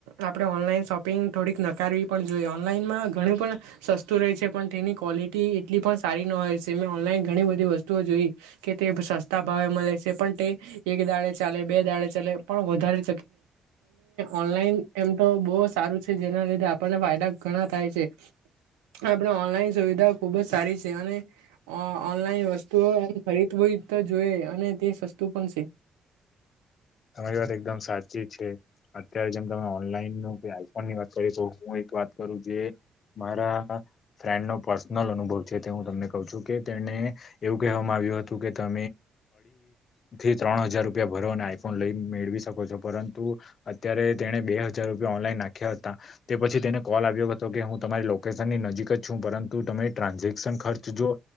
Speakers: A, on the right; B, on the left.
A: આપણે ઓનલાઈન શોપિંગ થોડીક નકારવી પણ જોઈએ, ઓનલાઈનમાં ઘણું પણ પણ સસ્તું રહે છે. પણ તેની ક્વોલિટી એટલી પણ સારી ન હોય છે. મેં ઓનલાઈન ઘણી બધી વસ્તુઓ જોઈ કે તે સસ્તા ભાવે મળે છે. પણ તે એક દાડે ચાલે બે દાળે ચાલે પણ વધારે ઓનલાઇન એ તો બહુ સારુ છે, જેના લીધે આપણને ફાયદા ઘણા થાય છે. આપણે ઓનલાઈન સુવિધા ખુબ જ સારી છે, અને અ ઓનલાઈન વસ્તુઓ એમ ફરીદ હોય તો જોઈ, અને તે સસ્તું પણ છે.
B: તમારી વાત એકદમ સાચી છે અત્યારે, જેમ તમે ઓનલાઈન કે આઈફોન ની વાત કરી તો હુ, એક વાત કરું જે મારા ફ્રેન્ડ નો પર્સનલ અનુભવ છે, તે હું તમને કઉ છુ, કે તેને એવું કહે મા ત અીથી, ત્રણ હજાર રૂ ભ ફન લઈ મેળવી શકો છો, પરંતુ અત્યારે તેને બે હજાર રૂપિયા ઓનલાઈન નાખ્યા હતા તે પછી તેને કોલ આવ્યો હતો કે હુ, તમારી લોકેશન ની નજીક જ છુ, પરતુ તમે ટ્રાન્ઝેક્શન ખર્ચ જો